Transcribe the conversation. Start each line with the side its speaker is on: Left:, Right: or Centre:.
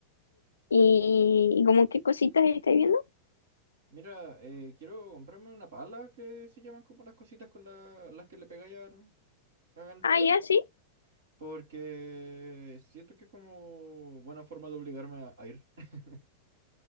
Left: ¿Y, y como qué cositas estáis viendo?
Right: Mira, eh, quiero comprarme una pala que se llaman como las cositas con la- las que le pegáis al, al
Left: Ah,
Right: pádel.
Left: ya, sí.
Right: Porque siento que es como buena forma de obligarme a, a ir. <laughs>